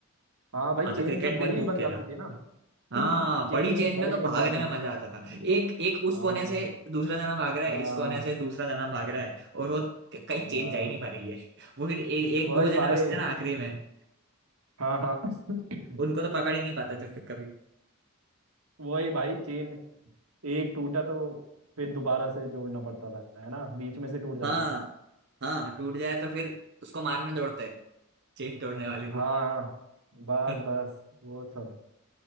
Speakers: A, on the right (about 75°); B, on the right (about 50°).
A: हाँ भाई
B: हाँ
A: चेन
B: तो क्रिकेट
A: जब बड़ी
B: भी खूब
A: बन
B: खेला
A: जाती थी ना <clears throat>
B: हाँ
A: चेन
B: बड़ी
A: जब
B: चेन
A: बड़ी
B: में तो
A: बन
B: भागने
A: जाती
B: में मजा आता था एक एक उस
A: हाँ
B: कोने से दूसरा जना भाग रहा
A: हाँ
B: है इस कोने से दूसरा जना भाग रहा है और वो क- कहीं
A: हाँ,
B: चेन जा ही नहीं पा रही है <laughs> वो फिर ए, एक
A: वही
B: दो जने
A: भाई
B: बचते ना आखिरी में
A: हाँ हाँ <clears throat>
B: उनको तो पकड़ ही नहीं पाते थे फिर कभी
A: वही भाई चेन एक टूटा तो फिर दोबारा से जोड़ना पड़ता था है ना बीच में से टूट जाती
B: हाँ
A: थी
B: हाँ टूट जाए तो फिर उसको मारने दौड़ते हैं चेन तोड़ने वाले को
A: हाँ बस
B: <laughs>
A: बस वो सब